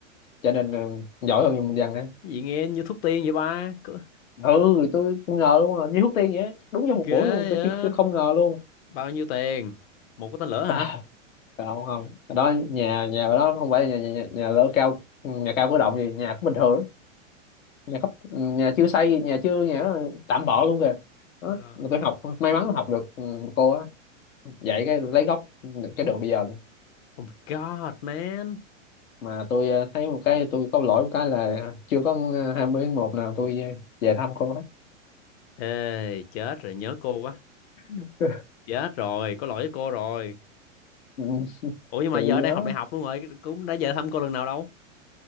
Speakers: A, on the left; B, on the left.
A: trở nên ờ, giỏi hơn Minh Giang đấy
B: <laughs> Vậy nghe như thuốc tiên vậy ba. Cứ-
A: ừ tôi không ngờ luôn à, như thuốc tiên vậy á. đúng trong
B: Ghê
A: một buổi luôn tôi
B: á.
A: chưa tôi không ngờ luôn
B: Bao nhiêu tiền? Một cái tên lửa hả?
A: à, không không Ở đó nhà nhà ở đó không phải là nhà nhà, nhà lỡ cao nhà cao cửa động gì nhà cũng bình thường lắm. nhà cấp nhà chưa xây nhà chưa nhà nó tạm bợ luôn kìa đó,
B: Ờ.
A: mà tôi học may mắn học được ừ, cô á dạy cái lấy gốc được cái đường bây giờ luôn
B: Oh my God, man.
A: mà tôi ờ, thấy một cái tôi có lỗi một cái là chưa có 20 tháng 1 nào tôi ờ, về thăm cô hết
B: Ê, chết rồi, nhớ cô quá.
A: <laughs>
B: Chết rồi, có lỗi với cô rồi.
A: Ừ,
B: Ủa nhưng
A: thì
B: mà giờ đang
A: đó
B: học đại học luôn rồi, cũng đã về thăm cô lần nào đâu.